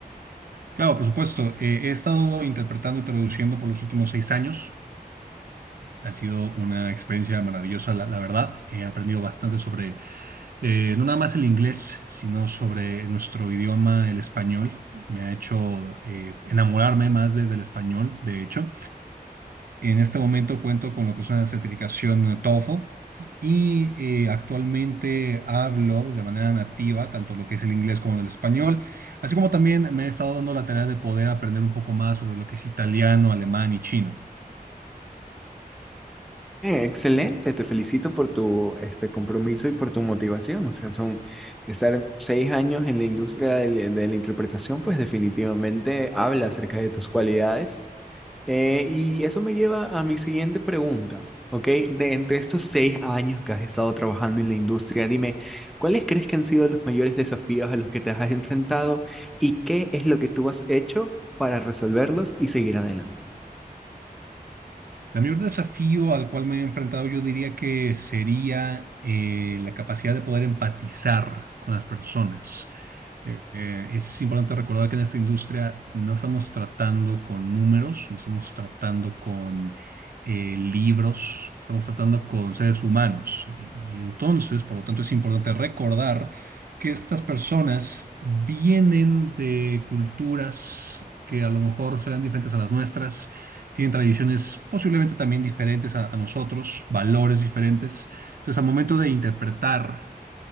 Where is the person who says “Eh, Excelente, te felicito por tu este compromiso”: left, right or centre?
Centre